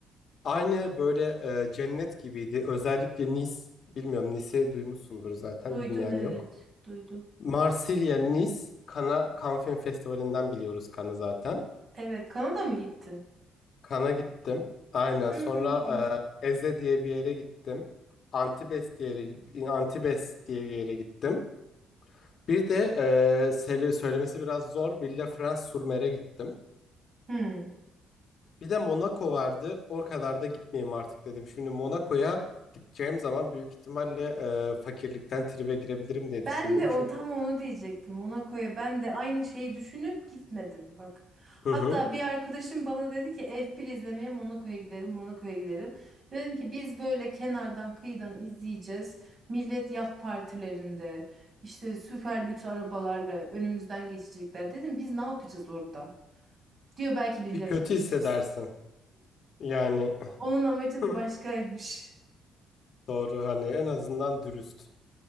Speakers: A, on the left; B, on the right.
A: Aynı böyle e, cennet gibiydi. Özellikle Nice. Bilmiyorum Nice'i duymuşsundur zaten.
B: Duydum
A: Bilmeyen
B: evet.
A: yok.
B: Duydum.
A: Marsilya, Nice. Kana, Cannes Film Festivali'nden biliyoruz Cannes'ı zaten.
B: Evet. Kanada mı gittin?
A: Kan'a gittim. Aynen.
B: Hmm.
A: Sonra e, Eze diye bir yere gittim. Antibes diye yere, Antibes diye bir yere gittim. Bir de e, seri- söylemesi biraz zor. Villefranche-sur-Mer'e gittim.
B: Hmm.
A: Bir de Monaco vardı. O kadar da gitmeyeyim artık dedim. Şimdi Monaco'ya gideceğim zaman büyük ihtimalle e, fakirlikten tribe girebilirim diye
B: Ben
A: düşündüm.
B: de o
A: Çünkü
B: tam onu diyecektim. Ona koyu ben de aynı şeyi düşünüp gitmedim bak. Hatta
A: hı hı.
B: bir arkadaşım bana dedi ki F1 izlemeye Monaco'ya gidelim, Monaco'ya gidelim. Dedim ki biz böyle kenardan kıyıdan izleyeceğiz. Millet yat partilerinde işte süper lüks arabalarla önümüzden geçecekler. Dedim biz ne yapacağız orada? Diyor belki biriyle
A: bir kötü
B: tanışırız.
A: hissedersin. Yani
B: Onun amacı
A: <laughs>
B: da başkaymış.
A: doğru hani en azından dürüst.